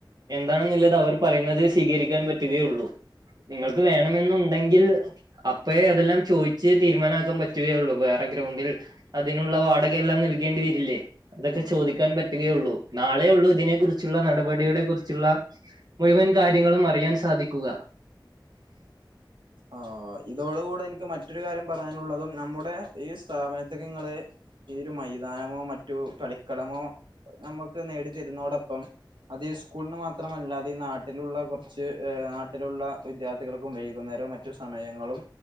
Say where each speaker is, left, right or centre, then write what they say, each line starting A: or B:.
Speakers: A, on the right; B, on the right.
A: എന്താണെന്നുള്ളത് അവർ പറയുന്നത് സ്വീകരിക്കാൻ പറ്റുകയുള്ളൂ നിങ്ങൾക്ക് വേണമെന്നുണ്ടെങ്കിൽ അപ്പയേ അതെല്ലാം ചോയിച്ച് തീരുമാനാക്കാൻ പറ്റുകയുള്ളു വേറെ ഗ്രൗണ്ടിൽ അതിനുള്ള വാടക എല്ലാം നൽകേണ്ടി വരില്ലേ അതൊക്കെ
B: ഉം
A: ചോദിക്കാൻ പറ്റുകേയുള്ളൂ നാളെ ഉള്ളൂ ഇതിനെ കുറിച്ചുള്ള നടപടി ഡിവിഡെ കുറിച്ചുള്ള മുഴുവൻ കാര്യങ്ങളും അറിയാൻ സാധിക്കുക
B: ആഹ് ഇതോട് കൂടെ എനിക്ക് മറ്റൊരു കാര്യം പറയാനുള്ളതും നമ്മുടെ ഈ സ്ഥാപനത്തേക്ക് നിങ്ങള് ഈ ഒരു മൈതാനമോ മറ്റു കളിക്കളമോ നമുക്ക് നേടി തരുന്നതോടൊപ്പം അത് ഈ സ്കൂളിന് മാത്രമല്ല അത് ഈ നാട്ടിലുള്ള കുറച്ച് ഏഹ് നാട്ടിലുള്ള വിദ്യാർത്ഥികൾക്കും വൈകുന്നരോ മറ്റ് റ്റു സമയങ്ങളും